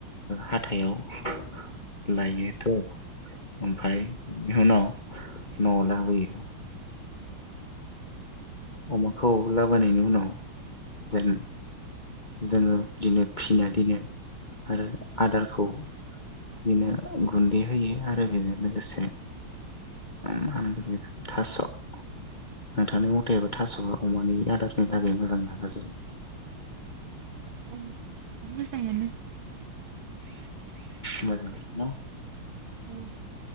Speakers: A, on the left (about 30°); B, on the right (about 65°).
A: हाथायाव लायोथ' ओमफ्राय बिनि उनाव नआव लाबोयो उमअमाखौ लाबोनायनि उनाव जेन जोङो बिदिनो फिनानै दिनो आरो आदारखौ बिदिनो गुन्दै होयो आरो बेजों लोगोसे मा होनगोन बेफोर थास नोंथांनि मथेबा थास अमानि आदारनि लागै मोजां ना गाज्रि?
B: ओं मोजाङानो
A: मोजां ना
B: औ